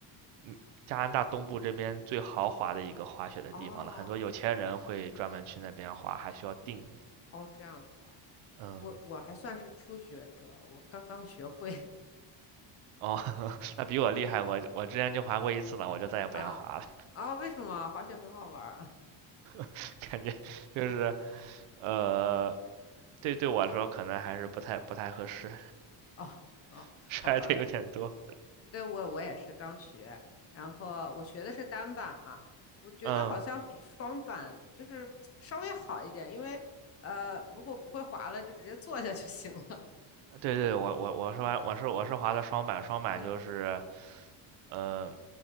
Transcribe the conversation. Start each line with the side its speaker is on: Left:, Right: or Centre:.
Right: 嗯加拿大东部这边最豪华的一个滑雪的地方了，
Left: 哦
Right: 很多有钱人会专门去那边滑，还需要订，
Left: 哦这样子啊，
Right: 嗯。
Left: 我我还算是初学者，我刚刚学会
Right: 哦，<laughs> 那比我厉害，我我之前就滑过一次呢，我就再也不想滑了，
Left: <laughs> 啊啊，为什么滑雪很好玩儿啊？
Right: <laughs> 感觉就是呃，对对我来说可能还是不太不太合适，
Left: 哦哦，
Right: <laughs> 摔的有点多。
Left: 好吧。对，我我也是刚学，然后我学的是单板嘛，我觉得好像比双板就是
Right: 嗯，
Left: <tsk> 稍微好一点，因为呃，如果不会滑了，就直接坐下就行了。
Right: 对对，我我我是玩我是我是滑的双板，双板就是
Left: 嗯，
Right: 呃，